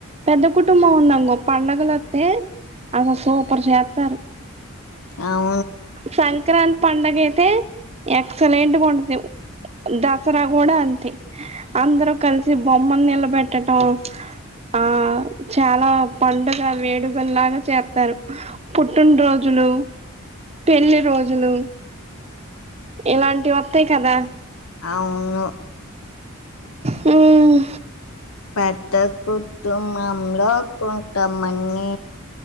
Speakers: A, on the right (about 30°); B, on the left (about 80°).
A: పెద్ద కుటుంబం ఉందనుకో పడుగలోస్తె అసలు సూపర్ చేత్తరు
B: అవు
A: సంక్రాంతి పండగైతే ఎక్సలెంట్ ఉంటది దసరా కూడా అంతే అందరూ కలిసి బొమ్మను నిలబెట్టడం ఆ చాలా పండుగ వేడుకలలాగా చేస్తారు పుట్టిన రోజులు పెళ్లి రోజులు ఇలాంటివి వత్తయి కదా
B: అవును
A: హూ మ్
B: పెద్ద కుటుంబంలో కొంతమంది